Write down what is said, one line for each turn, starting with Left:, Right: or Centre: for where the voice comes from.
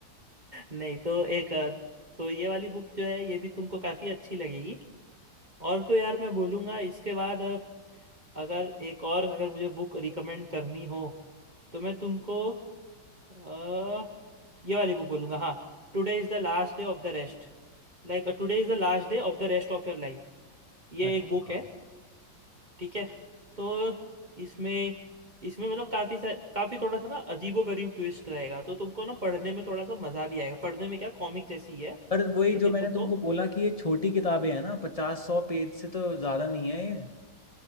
Right: नहीं तो एक अ, तो ये वाली बुक जो है ये भी तुमको काफ़ी अच्छी लगेगी और तो यार मैं बोलूँगा इसके बाद अगर एक और अगर मुझे बुक रिकमेंड करनी हो तो मैं तुमको अ, ये वाली बुक बोलूँगा हाँ Today is the last day of the rest like today is the last day of the rest of your life ये
Left: अरे
Right: एक बुक
Left: हाँ।
Right: है ठीक है तो इसमें इसमें मतलब काफ़ी सा काफ़ी थोड़ा सा ना अजीबो गरीब ट्विस्ट रहेगा तो तुमको ना पढ़ने में थोड़ा सा मज़ा भी आएगा पढ़ने में क्या कॉमिक जैसी ही है
Left: पर वही
Right: लेकिन
Left: जो मैंने
Right: तुमको
Left: तुमको बोला कि ये छोटी किताबें हैं ना पचास सौ पेज से तो ज्यादा नहीं है ये